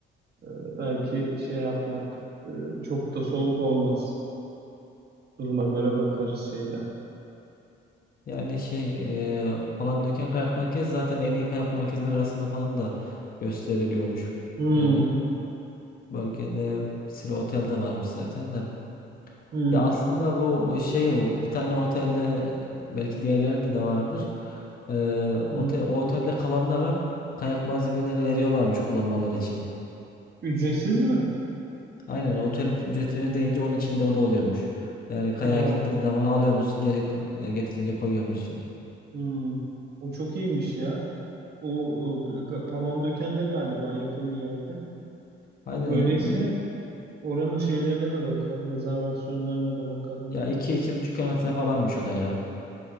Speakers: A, on the right; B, on the left.
A: Ee, Belki şey yapmak e, çok da soğuk olmaz. Duruma göre bakarız şeyden.
B: yani şey e, Palandöken Kayak Merkezi zaten en iyi kayak merkezleri arasında falan da gösteriliyormuş.
A: Hmm.
B: Yani bölgede bir sürü otel de varmış zaten de.
A: Hmm,
B: Ya aslında bu şey o, bir tane otelde belki diğerlerinde de vardır. E, ote-
A: hmm.
B: o otelde kalanlara kayak malzemeleri veriyorlarmış kullanmaları için.
A: Ücretsiz mi?
B: Aynen otel ücretini ödeyince onun içinde o da oluyormuş. Yani kayağa
A: Aa,
B: gittiğin zaman alıyormuşsun geri e, getirince koyuyormuşsun.
A: hmm. O çok iyiymiş ya. O, e, Ga- Palandöken'de galiba yakın bir yerde.
B: Aynen
A: Öyleyse
B: i-
A: oranın şeylerine de bakalım, rezervasyonlarına da bakalım
B: ya
A: yani.
B: iki iki, buçuk kilometre falanmış o da ya.